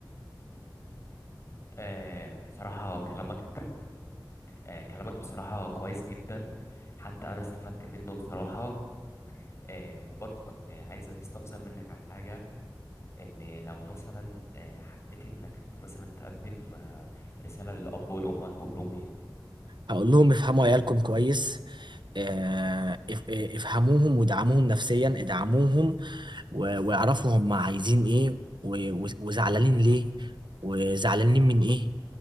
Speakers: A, on the left; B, on the right.
A: أه بصراحه كلامك آه، كلامك بصراحة كويس جدا حتى أنا استفدت منه بصراحة آه، وبرضه كنت عايز أستفسر منك على حاجة إن لو مثلا آه، حبيت إنك مثلا تقدم آه، رسالة للأب والأم هتقول لهم إيه؟
B: هقول لهم افهموا عيالكم كويس آه، اف- آه، افهموهم ودعموهم نفسيا ادعموهم و- واعرفوا هم عايزين ايه و- و- وزعلانين ليه وزعلانين من ايه